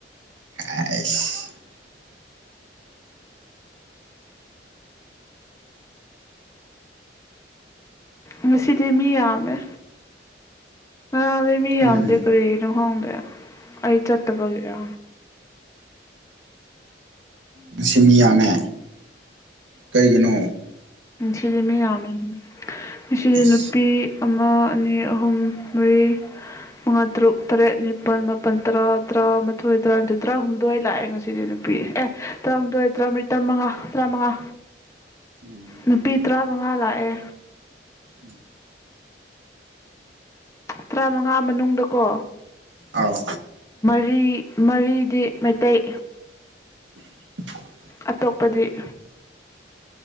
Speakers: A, on the right; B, on the left.
A: ꯑꯦꯁ
B: ꯉꯁꯤꯗꯤ ꯃꯤ ꯌꯥꯝꯃꯦ ꯑꯗ ꯃꯤ
A: ꯎꯝ
B: ꯑꯗ ꯀꯔꯤ ꯈꯥꯗꯦ ꯑꯩ ꯆꯠꯇꯕꯒꯥ
A: ꯃꯁꯤꯃꯤꯌꯥꯅꯦ ꯀꯔꯤꯒꯤꯅꯣ
B: ꯁꯤꯗꯤꯃꯤ ꯌꯥꯃꯦ ꯏꯆ
A: ꯑꯦꯁ
B: ꯅꯨꯄꯤ ꯑꯃ ꯑꯅꯤ ꯑꯍꯨꯝ ꯃꯔꯤ ꯃꯉꯥ ꯇꯔꯨꯛ ꯇꯔꯦꯠ ꯅꯤꯄꯥꯜ ꯃꯥꯄꯜ ꯇꯔꯥ ꯇꯔꯥꯃꯥꯊꯣꯏ ꯇꯔꯥꯅꯤꯊꯣꯏ ꯇꯔꯥꯍꯨꯝꯗꯣꯏ ꯂꯥꯛꯑꯦ ꯉꯁꯤꯗꯤ ꯅꯨꯄꯤ ꯑꯦ ꯇꯔꯥꯍꯨꯝꯗꯣꯏ ꯇꯔꯥꯃꯔꯤ ꯇꯔꯥꯃꯉꯥ ꯇꯔꯥꯃꯉꯥ
A: ꯎꯝ
B: ꯅꯨꯄꯤ ꯇꯔꯥꯃꯉꯥ ꯂꯥꯛꯑꯦ
A: ꯎꯝ
B: ꯇꯔꯥꯃꯉꯥ ꯃꯅꯨꯡꯗ ꯀꯣ
A: ꯑꯥꯎ
B: ꯃꯔꯤ ꯃꯔꯤꯗꯤ ꯃꯩꯇꯩ
A: <unintelligible>
B: ꯑꯇꯣꯞꯄꯗꯤ